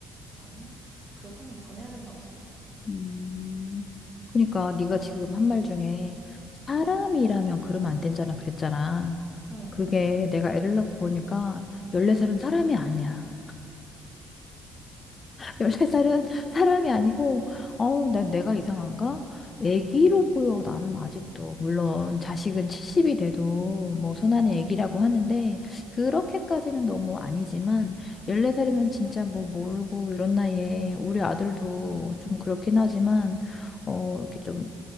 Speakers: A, on the right; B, on the left.
A: 나는 그거는 보내야 된다고 생각해.
B: 음. 그러니까 네가 지금 한 말 중에 사람이라면
A: 응,
B: 그러면 안 된잖아 그랬잖아.
A: 응,
B: 그게 내가 애를 낳고 보니까 14살은
A: 응,
B: 사람이 아니야. 1네살은 사람이 아니고, 어우, 나, 내가 이상한가? 애기로 보여, 나는 아직도. 물론, 자식은 70이 돼도, 뭐, 손안의
A: 응,
B: 애기라고 하는데, 그렇게까지는 너무 아니지만, 14살이면 진짜 뭐, 모르고, 이런 나이에, 우리 아들도 좀 그렇긴 하지만, 어, 이렇게 좀